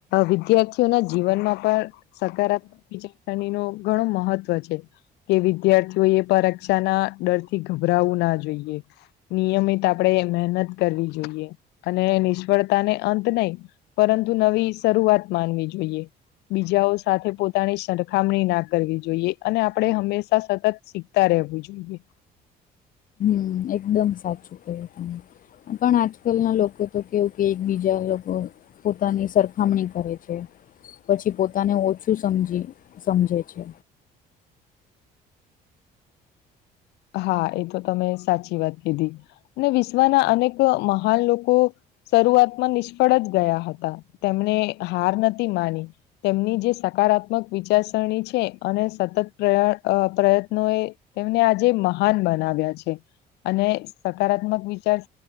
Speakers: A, on the left; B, on the left.
A: વિદ્યાર્થીઓના જીવનમાં પણ સકારાત્મક <unintelligible> નું ઘણું મહત્વ છે. કે વિદ્યાર્થીઓ એ પરીક્ષા ના ડરથી ગભરાવું ના જોઈએ. નિયમિત આપણેે મહેનત કરવી જોઈએ અને નિષ્ફળતા ને અંત નય પરંતુ નવી શરૂઆત માનવી જોઈએ. બીજાઓ સાથે પોતાની સરખામણી ના કરવી જોઈએ અને આપણે હંમેશા સતત શીખતા રહેવું જોઈએ.
B: હમ્મ એકદમ સાચું ક્યું તમે પણ આજકાલ ના લોકો તો કેવું કે એક બીજા લોકો પોતાની સરકાર ખામણી કરે છે પછી પોતાને ઓછું સમજી સમજે છે.
A: હા એ તમે સાચી વાત કીધી અને વિશ્વના અનેક મહાન લોકો શરૂઆતમાં નિષ્ફળ જ ગયા હતા તેમને હાર નથી માની તેમની જે સકારાત્મક વિચારસરણી છે અને સતત <unintelligible> પ્ર પ્રયત્નો એ તેમને આજે મહાન બનાવ્યા છે. અને સકારાત્મક વિચાર